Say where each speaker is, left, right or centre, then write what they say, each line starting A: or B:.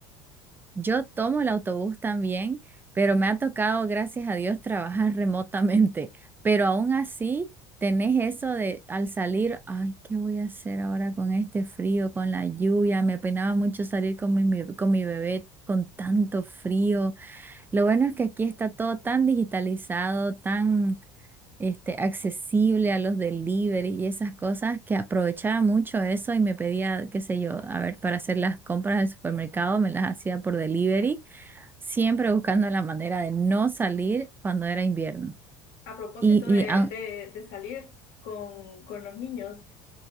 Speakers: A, on the right (about 20°); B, on the left (about 70°).
A: Yo tomo el autobús también, pero me ha tocado, gracias a Dios, trabajar <laughs> remotamente. Pero aún así, tenés eso de al salir, ay, ¿qué voy a hacer ahora con este frío, con la lluvia? Me penaba mucho salir con mi, mi- con mi bebé con tanto frío. Lo bueno es que aquí está todo tan digitalizado, tan este, accesible a los delivery y esas cosas, que aprovechaba mucho eso y me pedía, qué sé yo, a ver, para hacer las compras del supermercado, me las hacía por delivery, siempre buscando la manera de no salir cuando era invierno.
B: A propósito
A: Y, y
B: de,
A: aun-
B: de, de salir con, con los niños,